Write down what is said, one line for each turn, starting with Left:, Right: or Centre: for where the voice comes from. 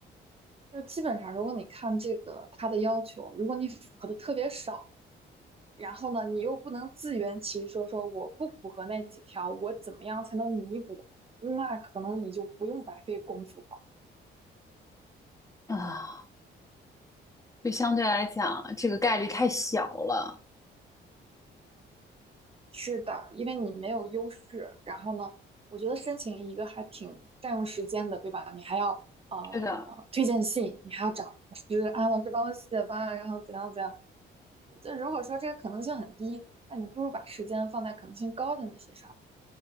Right: 就基本上如果你看这个他的要求，如果你符合的特别少，然后呢，你又不能自圆其说，说我不符合那几条，我怎么样才能弥补？那可能你就不用白费功夫了。
Left: 啊，就相对来讲这个概率太小了。
Right: 是的，因为你没有优势。然后呢，我觉得申请一个还挺占用时间的，对吧？你还要呃推荐信，
Left: 对的，
Right: 你还要找老师啊，老师帮我写吧，然后怎样怎样。就如果说这个可能性很低，那你不如把时间放在可能性高的那些上。